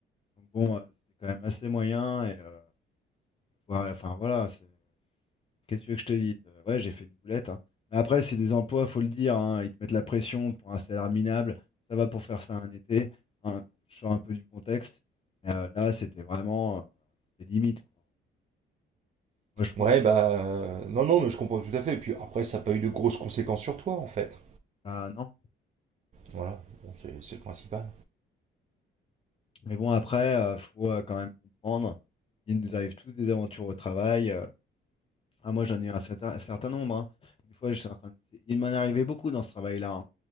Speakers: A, on the left (about 30°); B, on the right (about 35°).
A: Donc bon, euh, c'était quand même assez moyen et euh, ouais, enfin voilà, c'est. Qu'est-ce que tu veux que je te dise? Euh, Ouais, j'ai fait une boulette. hein. Mais après, c'est des emplois, faut le dire. hein, Ils te mettent la pression pour un salaire minable. Ça va pour faire ça un été. hein, Je sors un peu du contexte. Mais euh, là, c'était vraiment euh, des limites. quoi. Moi, je trouve
B: Ouais,
A: qu'ils
B: bah
A: mettent.
B: euh, non, non, mais je comprends tout à fait. Et puis après, ça n'a pas eu de grosses conséquences sur toi, en fait.
A: Ah non.
B: Voilà, Bon, c'est c'est le principal.
A: Mais bon, après, euh, faut euh, quand même comprendre. Il nous arrive tous des aventures au travail. euh. Ah, moi, j'en ai eu un certain, un certain nombre. hein. Une fois, j'étais en train de- il m'en arrivait beaucoup dans ce travail-là. hein.